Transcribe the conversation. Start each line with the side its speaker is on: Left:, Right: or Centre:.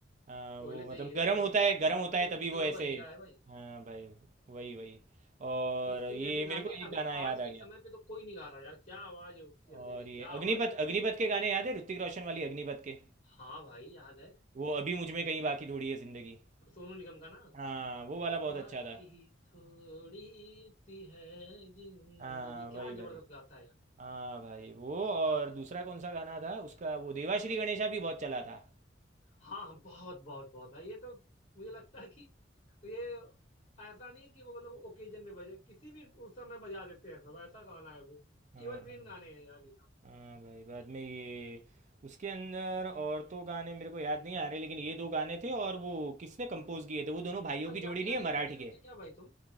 Right: हाँ
Left: कोयले
Right: वो
Left: से
Right: मतलब
Left: ही हीरा
Right: गर्म
Left: निकलता
Right: होता है
Left: है तो
Right: गर्म
Left: वो
Right: होता
Left: कोयले
Right: है
Left: से
Right: तभी
Left: निकला
Right: वो ऐसे
Left: हुआ हीरा है भाई
Right: हाँ भाई वही वही और
Left: उसके
Right: ये
Left: जैसे गाने
Right: मेरे को एक
Left: अभी
Right: गाना
Left: आज
Right: याद
Left: के
Right: आ गया
Left: समय पे तो कोई नहीं गा रहा यार क्या आवाज है उसकी अगले
Right: और
Left: की
Right: ये
Left: क्या आवाज
Right: अग्निपथ
Left: है
Right: अग्निपथ के गाने याद है ऋतिक रोशन वाली अग्निपथ के
Left: हाँ भाई याद है
Right: वो अभी मुझ में कहीं बाकी थोड़ी है जिंदगी
Left: सोनू निगम का ना
Right: हाँ वो वाला बहुत
Left: बाकी
Right: अच्छा था
Left: थोड़ी सी है जिंदगी
Right: हाँ वही
Left: क्या
Right: भाई
Left: जबरदस्त गाता है यार
Right: हाँ भाई वो और दूसरा कौन सा गाना था उसका वो देवाश्री गणेशा भी बहुत चला था
Left: हाँ हाँ बहुत बहुत बहुत भाई ये तो मुझे लगता है कि ये ऐसा नहीं है कि वो मतलब ओकेजन पे बजे किसी भी उस समय बजा देते हैं सब ऐसा गाना है वो
Right: हाँ
Left: एवरग्रीन
Right: भाई
Left: गाने हैं यार ये सब
Right: हाँ भाई बाद में ये उसके अंदर और तो गाने मेरे को याद नहीं आ रहे लेकिन ये दो गाने थे और वो किसने कंपोज किए थे वो दोनों भाइयों
Left: पंजाबी
Right: की जोड़ी नहीं
Left: गाने
Right: है मराठी
Left: एकदम नहीं सुनते
Right: के
Left: क्या भाई तुम